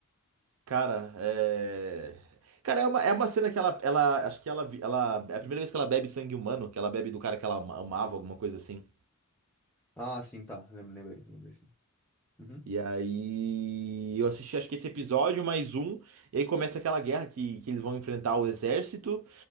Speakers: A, on the right; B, in the centre.
A: Cara, é. Cara, é uma, é uma cena que ela, ela. Acho que ela, vi- ela. É a primeira vez que ela bebe sangue humano, que ela bebe do cara que ela ama- amava, alguma coisa assim.
B: Ah, sim, tá. Lembro, lembrei, lembrei sim. Uhum.
A: E aí. Eu assisti, acho que esse episódio, mais um. E aí começa aquela guerra que, que eles vão enfrentar o exército.